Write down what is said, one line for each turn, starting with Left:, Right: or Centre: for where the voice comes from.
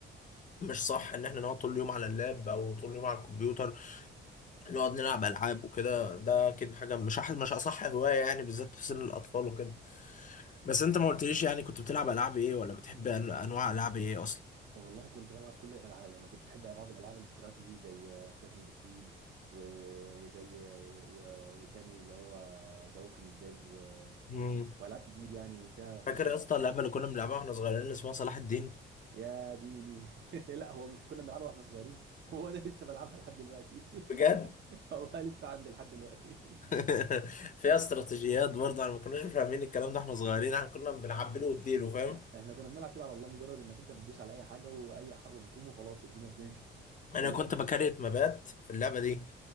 Left: مش صح ان احنا نقعد طول اليوم على اللاب او طول اليوم على الكمبيوتر نقعد نلعب العاب وكده ده اكيد حاجه مش أح مش اصح هوايه يعني بالذات في سن الاطفال وكده بس انت ما قلتليش يعني كنت بتلعب العاب ايه ولا بتحب أن- انواع العاب ايه اصلا
Right: والله كنت بلعب كل الالعاب يعني كنت بحب بعض الالعاب الاستراتيجي زي اساسنز كريد و... وزي و... وتاني اللي هو ذا ووكينج ديد و...
Left: مم.
Right: والعاب كتير يعني فيها قصص
Left: فاكر يا اسطى
Right: و...
Left: اللعبه اللي كنا بنلعبها واحنا صغيرين اللي اسمها صلاح الدين
Right: يا ديني <laughs> لا هو مش كنا بنلعبها واحنا صغيرين هو انا لسه بلعبها لحد دلوقتي
Left: بجد
Right: <laughs> والله لسه عندي لحد دلوقتي
Left: <laughs> فيها استراتيجيات برضه احنا ما كناش فاهمين الكلام ده احنا صغيرين احنا كنا بنعبله واديله
Right: <laughs>
Left: فاهم
Right: يعني احنا كنا بنلعب كده على الله مجرد انك انت بتدوس على اي حاجه واي حرب بتقوم وخلاص الدنيا بتمشي دلوقتي
Left: انا كنت بكريت مبات في اللعبه دي